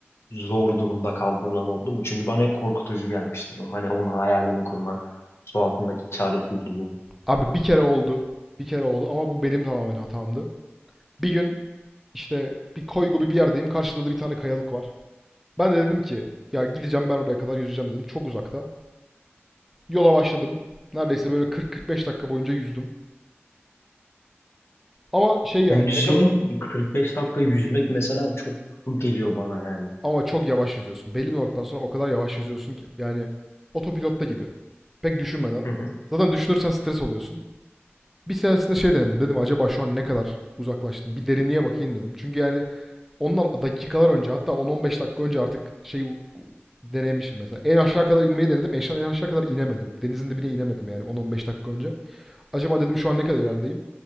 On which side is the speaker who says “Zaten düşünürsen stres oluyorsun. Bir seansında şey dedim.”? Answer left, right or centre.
Centre